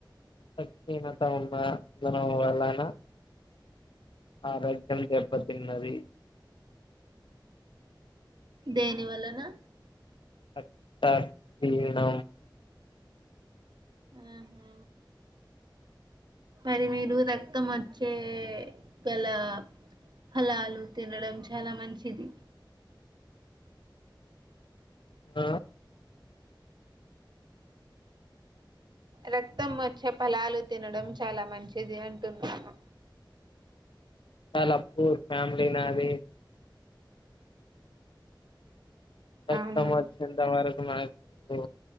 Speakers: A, on the left; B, on the right.
A: రక్తహీనత వల్లన నువ్ వల్లన ఆ రక్కా దెబ్బ తిన్నది
B: దేని వలన
A: రక్త హీనం
B: ఆహా మరి మీరు రక్తం వచ్చే గల ఫలాలు తినడం చాలా మంచిది
A: ఆ
B: రక్తం వచ్చే పలాలు తినడం చాలా మంచిది అంటున్నాను
A: చాలా పూర్ ఫ్యామిలీ నాది రక్తం
B: అవునా
A: ఓచ్చేంతవరకు మనకు